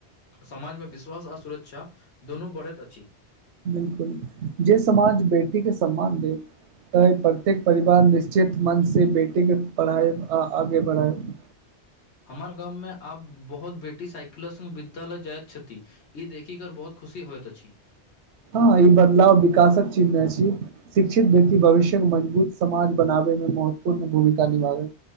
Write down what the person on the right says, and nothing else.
बिलकुल जे समाज बेटी के सम्मान देय तऽ प्रत्येक परिवार निश्चित मनसँ बेटीके पढ़ाइब आ आगे बढ़ाइब
हँ ई बदलाव विकासक चीज नइ छी शिक्षित व्यक्ति भविष्यमे मजबूत समाज बनाबैमे महत्वपूर्ण भूमिका निभाबै